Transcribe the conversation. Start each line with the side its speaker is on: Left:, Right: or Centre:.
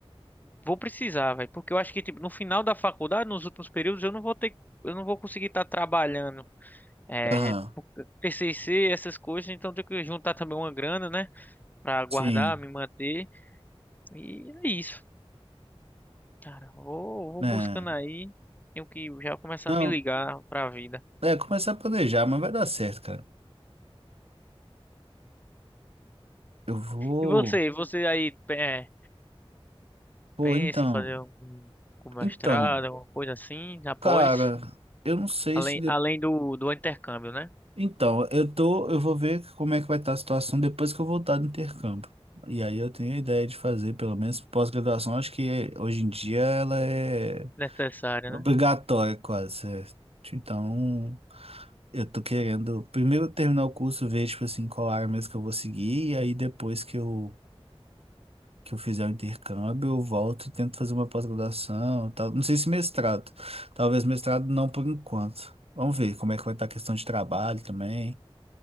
Left: vou precisar, velho, porque eu acho que, tipo, no final da faculdade, nos últimos períodos, eu não vou ter, eu não vou conseguir estar trabalhando, é,
Right: aham,
Left: TCC, essas coisas, então eu tenho que juntar também uma grana, né, pra guardar,
Right: sim.
Left: me manter, e é isso. Cara, vou, vou
Right: né
Left: buscando aí. Tenho que já começar
Right: Não,
Left: a me ligar pra vida.
Right: é começar a planejar, mas vai dar certo, cara. Eu vou.
Left: E você, você aí é,
Right: Pô,
Left: pensa
Right: então.
Left: em fazer algum, algum
Right: Então,
Left: mestrado, alguma coisa assim, após,
Right: cara, eu não sei
Left: além,
Right: se. de-
Left: além do, do intercâmbio, né?
Right: Então, eu tô, eu vou ver como é que vai estar a situação depois que eu voltar do intercâmbio. E aí eu tenho a ideia de fazer, pelo menos pós-graduação, acho que eh, hoje em dia ela é
Left: Necessário,
Right: obrigatória
Left: né?
Right: quase, certo? Então, eu tô querendo primeiro terminar o curso, ver, tipo assim, qual área mesmo que eu vou seguir, e aí depois que eu que eu fizer o intercâmbio, eu volto e tento fazer uma pós-graduação, tal. Não sei se mestrado. Talvez mestrado não por enquanto. Vamos ver como é que vai estar a questão de trabalho também.